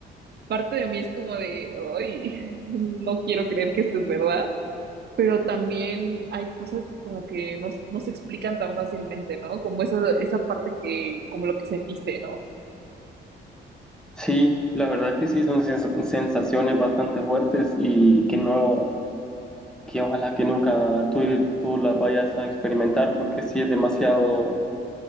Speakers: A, on the right; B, in the centre.
A: Parte de mí es como de, ay, <laughs> no quiero creer que esto es verdad, pero también hay cosas que como que no, no se explican tan fácilmente, ¿no? Como esa, esa parte que, como lo que sentiste, ¿no?
B: Sí, la verdad que sí son sens- sensaciones bastante fuertes y que no, que ojalá que nunca tú, tú las vayas a experimentar porque sí es demasiado,